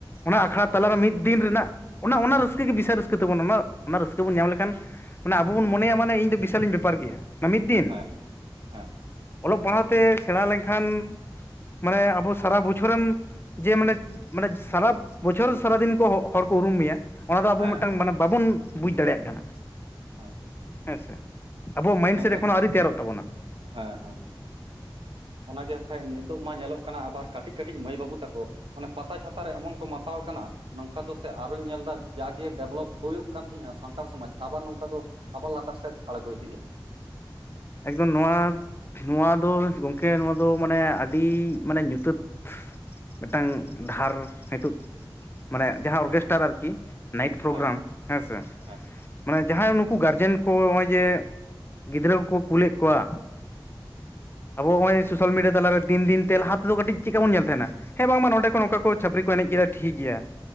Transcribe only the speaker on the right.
ᱦᱮᱸ ᱦᱮᱸ
ᱦᱮᱸ
ᱦᱮᱸ
ᱦᱮᱸ
ᱢᱮᱱᱠᱷᱟᱱ
ᱦᱮᱸ ᱦᱮᱸ᱾ ᱚᱱᱟᱜᱮ ᱦᱟᱸᱜ ᱠᱟᱡ ᱱᱤᱛᱚᱜ ᱢᱟ ᱧᱮᱞᱚᱜ ᱠᱟᱱᱟ ᱟᱵᱟᱨ ᱠᱟᱹᱴᱤᱡ ᱠᱟᱹᱴᱤᱡ ᱢᱟᱹᱭ ᱵᱟᱹᱵᱩ ᱛᱟᱠᱚ ᱚᱱᱮ ᱯᱟᱛᱟ ᱪᱷᱟᱛᱟ ᱨᱮ ᱮᱢᱚᱱ ᱠᱚ ᱢᱟᱛᱟᱣ ᱠᱟᱱᱟ ᱱᱚᱝᱠᱟ ᱫᱚ ᱥᱮ ᱟᱨᱚᱧ ᱧᱮᱞᱫᱟ ᱡᱟᱜᱮ ᱰᱮᱵᱷᱞᱚᱯ ᱦᱩᱭᱩᱜ ᱠᱟᱱ ᱛᱟᱦᱮᱸᱼᱟ ᱥᱟᱱᱛᱟᱲ ᱥᱚᱢᱟᱡᱽ, ᱟᱵᱟᱨ ᱱᱚᱝᱠᱟ ᱫᱚ ᱟᱵᱟᱨ ᱞᱟᱛᱟᱨ ᱥᱮᱫ ᱟᱬᱜᱚ ᱤᱫᱤᱜᱼᱟ᱾
ᱦᱮᱸ
ᱦᱮᱸ
ᱦᱮᱸ